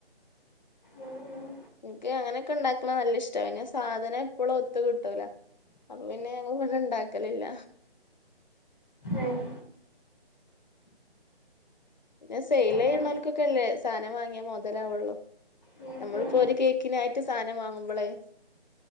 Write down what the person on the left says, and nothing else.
ഇൻക്ക് അങ്ങനെയൊക്കെ ണ്ടാക്കണത് നല്ല ഇഷ്ട പിന്നേ സാധനം എപ്പോഴും ഒത്ത് കിട്ടൂല അപ്പൊ പിന്നെ ഞങ്ങള് വടെ ണ്ടാക്കലില്ല
പിന്നെ സെയ്
ലെയ്യ്ണോൽക്കൊക്കെ അല്ലേ സാനം വാങ്ങിയാ മൊതലാവൊള്ളൂ
നമ്മളിപ്പോ
ഒരു കേക്കിനായിട്ട് സാനം വാങ്ങുമ്പളേയ്